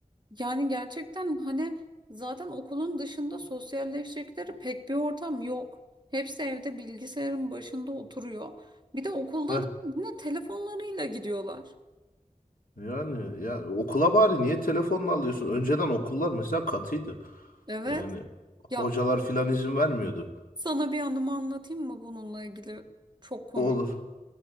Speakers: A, on the right; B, on the left.
A: Yani gerçekten hani zaten okulun dışında sosyalleşecekleri pek bir ortam yok. Hepsi evde bilgisayarın başında oturuyor. Bir de okulda
B: Heh,
A: da yine telefonlarıyla gidiyorlar.
B: yani ya okula bari niye telefonla alıyorsun? Önceden okullar mesela katıydı.
A: Evet.
B: Yani hocalar
A: Ya
B: filan izin vermiyordu.
A: sana bir anımı anlatayım mı bununla ilgili? Çok komik.
B: Olur,